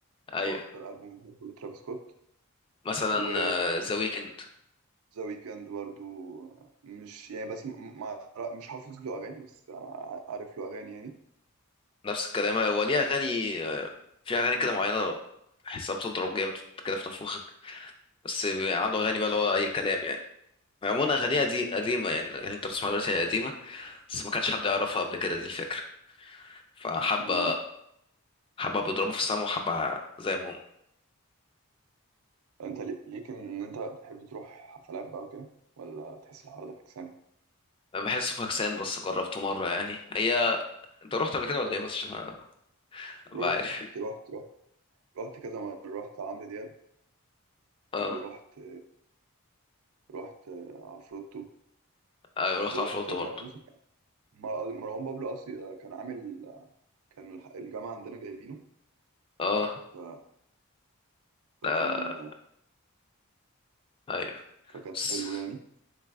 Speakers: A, on the left; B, on the right.
A: ايوه
B: هو أكتر ألبوم بحبه لترافيس سكوت
A: مثلا
B: و
A: ذا ويكند
B: ذا ويكند برضو مش يعني بس م- مع مش حافظ له اغاني بس ع- عارف له اغاني يعني
A: نفس الكلام هو ليه اغاني آه، في اغاني كده معينة بحسها بتضرب جامد كده في نفوخك بس بيبقى عنده اغاني بقى اللي هو اي كلام يعني عموما اغانيها دي قديمة يعني الاغاني اللي انت بتسمعها دلوقتي هي قديمة بس ما كانش حد يعرفها قبل كده دي الفكرة فحابة
B: مم.
A: حابة بيضربوا في السما وحابة زي ما هم
B: انت لي- ليك ان انت بتحب تروح حفلات بقى وكده ولا تحس الحوار ده فكسان
A: أنا بحسه فاكسان بس جربته مرة يعني هي انت رحت قبل كده ولا ايه بس عشان أنا أبقى
B: رحت
A: عارف
B: رحت رحت رحت كذا مرة رحت عمرو دياب
A: اه
B: ورحت رحت عفروتو
A: ايوه رحت
B: ورحت
A: عفروتو
B: مروان
A: برضه
B: موسى كان- مر- مروان بابلو اصلي كان عامل كان الح- الجامعة عندنا جايبينه
A: اه
B: ف- فكان
A: لا ايوه
B: فكان
A: بس
B: حلو يعني